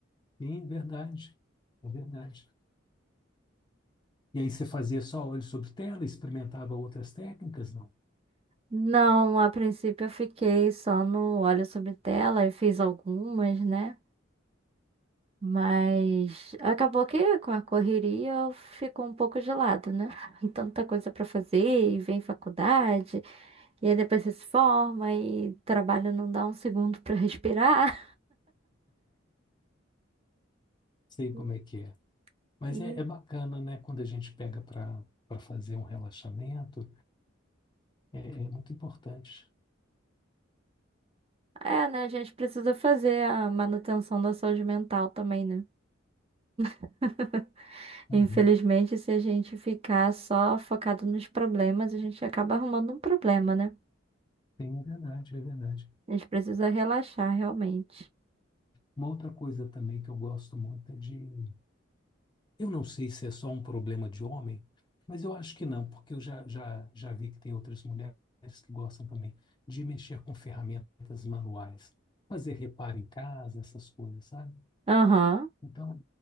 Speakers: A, on the left; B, on the right.
A: Sim, é verdade. É verdade. E aí você fazia só olho sobre tela, experimentava outras técnicas? Não
B: Não, a princípio eu fiquei só no olho sobre tela e fiz algumas, né? Mas acabou que com a correria eu fico um pouco de lado, né? <laughs> Tanta coisa para fazer, e vem faculdade, e aí depois você se forma, e trabalho não dá um segundo para respirar.
A: sei
B: <laughs>
A: como é que é. Mas
B: E
A: é, é bacana, né? Quando a gente pega para para fazer um relaxamento, é, é muito importante.
B: é, né? A gente precisa fazer a manutenção da saúde mental também, né? <laughs>
A: Uhum.
B: Infelizmente, se a gente ficar só focado nos problemas, a gente acaba arrumando um problema, né?
A: Tem, é verdade, é verdade.
B: A gente precisa relaxar realmente.
A: Uma outra coisa também que eu gosto muito é de. Eu não sei se é só um problema de homem, mas eu acho que não, porque eu já, já, já vi que tem outras mulheres que gostam também de mexer com ferramentas manuais, fazer reparo em casa, essas coisas, sabe?
B: Aham,
A: Então,